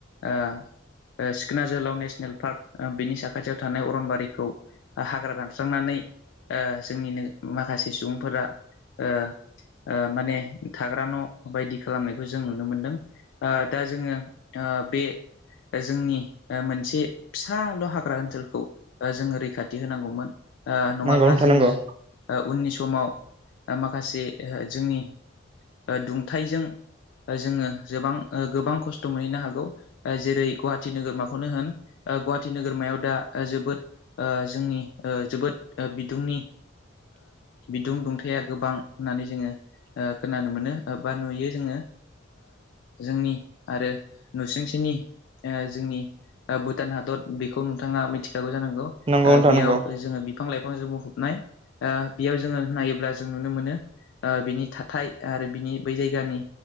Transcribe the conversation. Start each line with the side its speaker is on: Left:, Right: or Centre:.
Left: ओ सिखोना जोहोलाव नेसनेल पार्क बिनि साखाथियाव थानाय अरनबारिखौ हाग्रा दान स्रांनानै जोंनिनो माखासे सुबुंफोरा ओ माने थाग्रा न' बायदि खालामनायखौ जों नुनो मोनदों दा जोङो बे जोंनि मोनसे फिसाल' हाग्रा ओनसोलखौ जोङो रैखाथि होनांगौमोन। नङाब्ला
Right: नंगौ नोंथां
Left: जोङो
Right: नंगौ
Left: उननि समाव माखासे जोंनि दुंथाइजों जोङो गोबां गोबां खस्थ' मोनहैनो हागौ जेरै गुवाहाटि नोगोरमाखौनो होन। गुवाहाटि नोगोरमायाव दा जोबोद जोंनि जोबोद बिदुंनि बिदुं दुंथाया गोबां होननानै जोङो खोनानो मोनो बा नुयो जोङो। जोंनि आरो नुसुंसेनि जोंनि भुटान हादर बेखौ नोंथाङा मिथिखागौ जानांगौ
Right: नंगौ नोंथां
Left: बेयाव
Right: नंगौ
Left: जोङो बिफां लाइफांजों बुंफनाय बेयाव जोङो नायोब्ला जों नुनो मोनो। ओ बिनि थाथाय आरो बिनि बै जायगानि